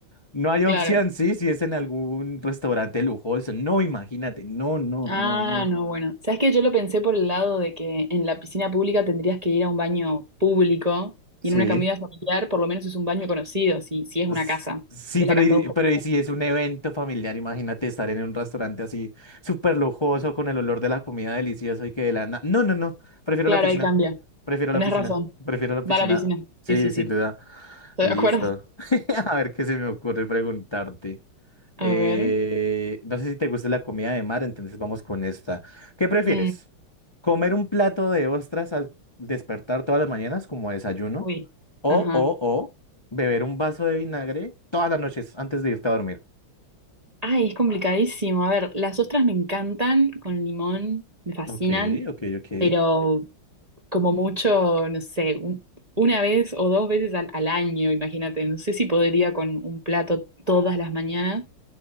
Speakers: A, on the left; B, on the right.
A: no hay
B: Claro.
A: opción, ¿sí? Si es en algún restaurante lujoso. No, imagínate. No, no,
B: Ah,
A: no, no.
B: no, bueno. ¿Sabes qué? Yo lo pensé por el lado de que en la piscina pública tendrías que ir a un baño público
A: Sí.
B: y en una comida familiar por lo menos es un baño conocido, si, si es
A: S-
B: una casa,
A: Sí,
B: si
A: pero,
B: es la casa
A: y-
B: de un...
A: pero y si es un evento familiar, imagínate estar en un restaurante así súper lujoso con el olor de la comida delicioso y que de la... na- No, no, no, prefiero
B: Claro,
A: la piscina,
B: ahí cambia.
A: prefiero
B: Tenés
A: la piscina,
B: razón.
A: prefiero la piscina.
B: Va a la piscina.
A: Sí,
B: Sí, sí,
A: sin
B: sí.
A: duda.
B: Estoy
A: Listo.
B: de acuerdo.
A: <laughs> A ver qué se me ocurre preguntarte. Eh,
B: A ver.
A: no sé si te gusta la comida de mar, entonces vamos con esta. ¿Qué prefieres?
B: Mm,
A: Comer un plato de ostras al despertar todas las mañanas como desayuno.
B: uy.
A: O,
B: Ajá.
A: o, o, beber un vaso de vinagre todas las noches antes de irte a dormir.
B: Ay, es complicadísimo. A ver, las ostras me encantan con limón, me fascinan,
A: Ok, ok, ok.
B: pero como mucho, no sé, un- una vez o dos veces al, al año, imagínate. No sé si podría con un plato todas las mañanas.